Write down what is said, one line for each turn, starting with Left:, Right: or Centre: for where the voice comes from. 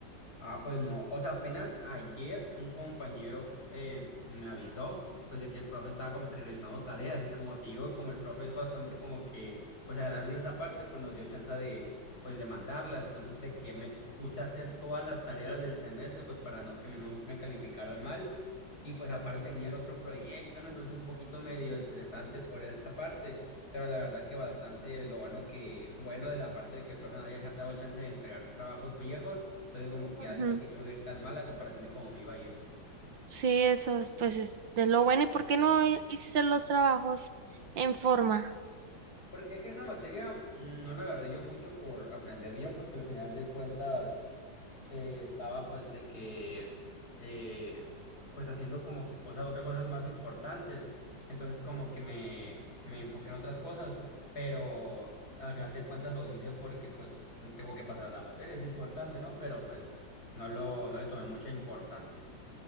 Left: Ah, pues no. O sea, apenas ayer un compañero eh, me avisó, pues de que el profe estaba como que revisando tareas y como te digo, como el profe es bastante como que, pues agradable en esa parte, pues nos dio chance de, pues de mandarla. Entonces, de que me puse a hacer todas las tareas del semestre, pues para no que me, no me calificaran mal. Y pues aparte tenía el otro proyecto, ¿no? Entonces un poquito medio estresante por esa parte, pero la verdad que bastante lo bueno que, bueno de la parte de que el profe no haya cha- dado chance de entregar trabajos viejos, entonces como que ya
Right: Ujú.
Left: siento que no me va a ir tan mal la comparación de cómo me iba a ir, pues.
Right: Sí, eso es, pues es de lo bueno. ¿Y por qué no hi- hiciste los trabajos en forma?
Left: Porque es que esa materia mm, no la agarré yo mucho por aprender bien, porque al final de cuentas eh, estaba pues de que eh, pues haciendo como que cosas, otras cosas más importantes. Entonces como que me, me enfoqué en otras cosas, pero al final de cuentas los hice porque pues tengo que pasar la materia, es importante, ¿no? Pero pues no lo, no le tomé mucha importancia.